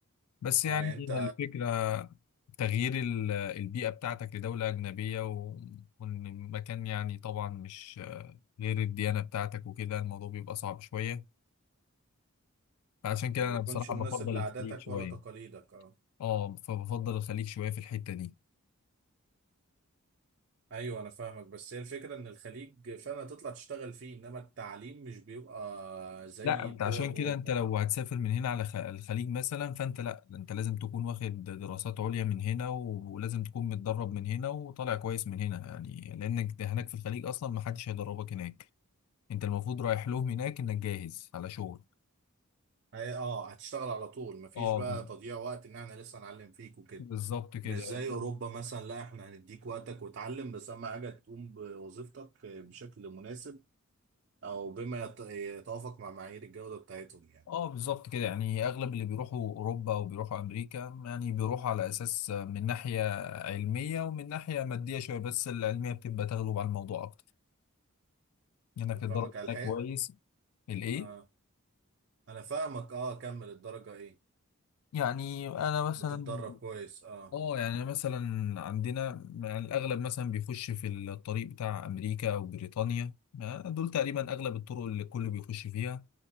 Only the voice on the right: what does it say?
اه
يعني أنت
ما بيكونش
مناسب
لعاداتك
ولا تقاليدك اه
ايوه انا فاهمك بس هي الفكره ان الخليج فعلا هتطلع تشتغل فيه انما التعليم مش بيبقى زي
الدول
اوروبا
هي- اه هتشتغل على طول مفيش
بقى
تضييع وقت ان احنا لسه نعلم فيك وكده
مش زي
اوروبا مثلا لا احنا هنديك وقتك وتعلم بس اهم حاجه تقوم بوظيفتك بشكل مناسب او بما يت- يتوافق مع معايير الجوده بتاعتهم يعني
انا
فاهمك على الحقيقه
اه انا فاهمك اه كمل الدرجه ايه
بتتدرب كويس اه